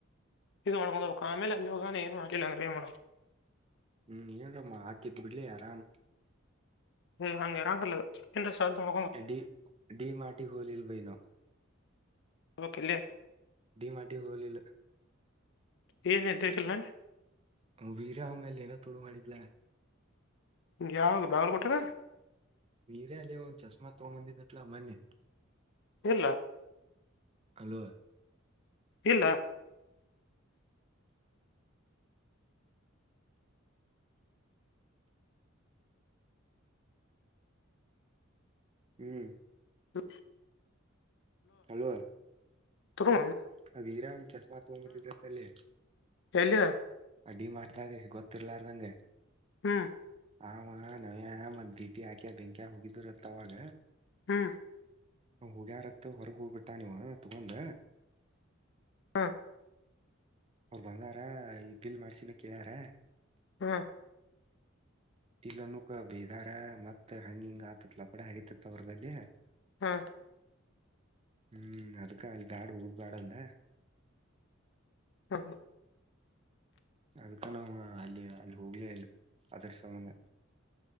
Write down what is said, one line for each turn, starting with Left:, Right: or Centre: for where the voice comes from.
Left: ಇದು ಮಣಕ ಕಾಮೇಲೆ ಅನ್ೋಗಾನ ಏನು ಮಾಿಲ್ಲ ಅಂದ ಮಾಡೇಣಕ
Right: ಹ್ಮ್ ಏಮ್ಮ ಆಕಿ ಕ ಬಿಲ ಆರಾಮ
Left: ಹ ಹಂಗ ಇರಾಂಗಲ್ಲ ಎ್ರೆಸ್ ಅಕ
Right: ಡಿ ಡಿ ಮಾಡಟಿ ಹೋಲಲ್ ವೈನೋ
Left: ಹೋಗ್ಬೇಕು ಇಲ್ಲಿ
Right: ಡಿ ಮಾರ್ಟ್ ಗೆ ಹೋಗ್ಲಿವಾ
Left: ಏನುದರಿಕಲ್ಲಲ್ಲಡಿ
Right: ವೀರ್ಯ ಅವ ಮೇಲೆ ಏನೋ ತೋಡು ಮಾಡಿದ್ಲ
Left: ಯಾವ ಬಾವರ್ ಕೊಟ್ಟಿದೆ
Right: ವೀರೆಲ್ಲಿೇವ ಚಸ್ಮಾ ತ ಮಂದಿದ್ದ ಎಟ್ಲ್ಲ ಮನೆ
Left: ಇಲ್ಲ
Right: ಹಲೋ
Left: ಇಲ್ಲ
Right: ಹ್ಮ್
Left: ಹ
Right: ಹಲೋ
Left: ತರ
Right: ಆ ವೀರಂ್ ಚಸ್ಮಾ ತಗಂಬತ್ತಲ್ಲೇ
Left: ಎಲ್ಲಿದ
Right: ಅಡ್ಡಿ ಮಾಡ್ದಾಗೆ ಗೊತ್ತಿರ್ಲಾರ ನಂಗೆ
Left: ಹ್ಮ್
Right: ಆ ನವ್ಯಾ ಮತ್ ದೀಟಿ ಆಾಕ್ಯ ಬೆಂಕ್ಯಾ ಹೋಗಿದರತ್ ಅವಾಗ
Left: ಹ್ಮ್
Right: ಹ ಹೋಗ್ಯಾರತ್ ಹೊರಗ್ ಹೋಗ್ಬಿಟ್ಟ ನೀವು ತಗಂದ
Left: ಹಾ
Right: ಅವರು ಬಂದಾರ ಈ ಬಿಲ್ ಮಾಡ್ಸಿನಕ್ಕಿದ್ಯಾರ
Left: ಹಾ
Right: ಇಲ್ಲನಕ ಬೇದಾರ ಮತ್ತತ್ ಹಂಗ ಹಿಂಗ ಆತತ್ ಲಪಡ ಹಗೇತಿತ್ ಅವರ್ಗಲ್ಲಿ
Left: ಹಾ
Right: ಹ್ಮ್ ಅದಕ್ಕ ಅಲ್ಲಿ ದಾಡು ಉಳ ಬಾಡುಂದ
Left: ಹ
Right: ಅದ್ಕಣ ಅಲ್ಲಿ ಅಲ್ಲಿ ಹೋಗ್ಲೇ ಇಲ್ಲ ಅದ್ರ ಸಂಬಧ